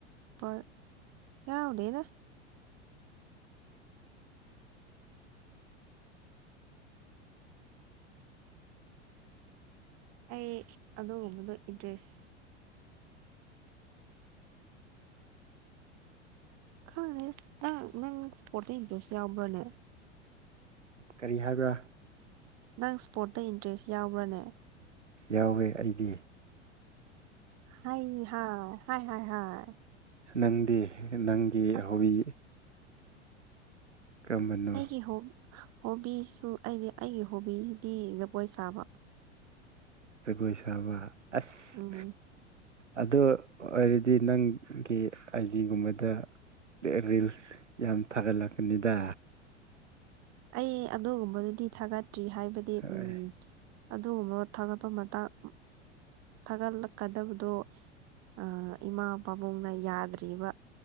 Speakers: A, on the right (about 45°); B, on the right (about 80°).
A: ꯕ ꯌꯥꯎꯗꯦꯗ ꯑꯩ ꯑꯗꯨꯒꯨꯝꯕꯗꯣ ꯏꯟꯇ꯭ꯔꯦꯁ ꯈꯪꯗꯦꯗ ꯅꯪ ꯅꯪ ꯁ꯭ꯄꯣꯔꯠꯁꯇ ꯏꯟꯇꯔꯦꯁ ꯌꯥꯎꯕ꯭ꯔꯅꯦ
B: ꯀꯔꯤ ꯍꯥꯏꯕ꯭ꯔꯥ
A: ꯅꯪ ꯁ꯭ꯄꯣꯔꯠꯇ ꯏꯟꯇꯔꯦꯁ ꯌꯥꯎꯕ꯭ꯔꯅꯦ
B: ꯌꯥꯎꯋꯦ ꯑꯩꯗꯤ
A: ꯍꯩ ꯍꯥ ꯍꯥꯏ ꯍ ꯍꯥꯏ
B: ꯅꯪꯗꯤ ꯅꯪꯒꯤ
A: ꯑꯁ
B: ꯍꯣꯕꯤ ꯀꯔꯝꯕꯅꯣ
A: ꯑꯩꯒꯤ ꯍꯣ ꯍꯣꯕꯤꯁꯨ ꯑꯩꯗꯤ ꯑꯩꯒꯤ ꯍꯣꯕꯤꯁꯤꯗꯤ ꯖꯒꯣꯏ ꯁꯥꯕ
B: ꯖꯒꯣꯏ ꯁꯥꯕ ꯑꯁ
A: ꯎꯝ
B: ꯑꯗꯨ ꯑꯣꯏꯔꯗꯤ ꯅꯪꯒꯤ ꯑꯥꯏꯖꯤꯒꯨꯝꯕꯗ ꯇꯦ ꯔꯤꯜꯁ ꯌꯥꯝ ꯊꯥꯒꯠꯂꯛꯀꯅꯤꯗ
A: ꯑꯩ ꯑꯗꯨꯒꯨꯝꯕꯗꯨꯗꯤ ꯊꯥꯒꯠꯇ꯭ꯔꯤ ꯍꯥꯏꯕꯗꯤ
B: ꯑꯥ
A: ꯎꯝ ꯑꯗꯨꯒꯨꯝꯕ ꯊꯥꯒꯠꯄ ꯃꯇꯥꯡ ꯊꯥꯒꯠꯂꯛꯀꯗꯕꯗꯣ ꯑ ꯏꯃꯥ ꯄꯥꯕꯨꯡꯅ ꯌꯥꯗ꯭ꯔꯤꯕ